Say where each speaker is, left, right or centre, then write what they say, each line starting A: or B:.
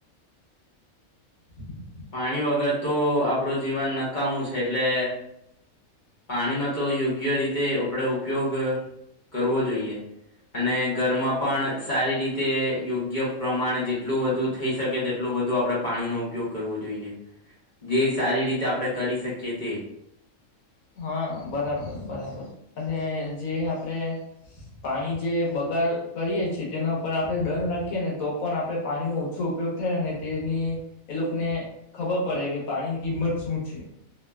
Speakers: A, on the left (about 80°); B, on the left (about 40°).
A: <inaudible>
B: પાણી વગર તો આપડું જીવન નક્ કામું છે એટલે પાણીનો તો યોગ્ય રીતે આપડે ઉપયોગ, કરવો જોઈએ અને ઘરમાં પણ સારી રીતે યોગ્ય પ્રમાણે જેટલું વધુ થઈ શકે તેટલું બધું આપડે પાણીનો ઉપયોગ કરવો જોઈએ, ગે સારી રીતે આપડે કરી શકીએ તે.
A: હા બરાબર બરાબર અને જે આપણેે, પાણી જે બગાડ કરીએ છે તેના ઉપર આપણે દંડ રાખીએ ને તો પણ આપણે પાણીનો ઓછો ઉપયોગ થાય અને તેની, એ લોકને ખબર પડે કે પાણીની કિંમત શું છે.